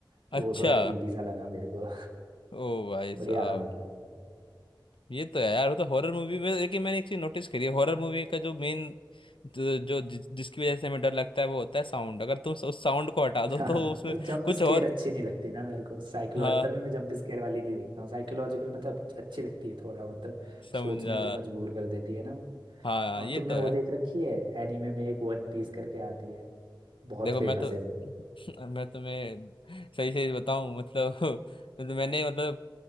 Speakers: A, on the right; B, on the left.
A: तो
B: अच्छा
A: वो थोड़ा क्रीपी सा लगा मेरे को
B: ओ भाई
A: <laughs>
B: साहब
A: बढ़िया था मतलब वो
B: ये तो है यार वो तो हॉरर मूवी में लेकिन मैंने एक चीज नोटिस करी है हॉरर मूवी का जो मेन जो, जो जिस, जिसकी वजह से हमें डर लगता है वो होता है साउंड अगर तुम उस साउंड को हटा दो
A: <laughs> हाँ
B: तो उसमें
A: वो जंप
B: कुछ
A: स्केयर
B: और
A: अच्छी नहीं लगती ना मेरे को साइकोलॉजी
B: हाँ
A: तभी मैं जंप स्केयर वाली नहीं देखता हूँ साइकोलॉजिकल मतलब अच्छी लगती है थोड़ा मतलब
B: समझा
A: सोचने पे मजबूर कर देती है ना वो
B: हाँ
A: और
B: ये
A: तुमने
B: तो
A: वो
B: है
A: देख रखी है एनीमे में एक वन पीस करके आती है बहुत
B: देखो
A: फेमस
B: मैं तो
A: है वो
B: <laughs> मैं तुम्हें सही सही बताऊं मतलब <laughs> तो मैंने मतलब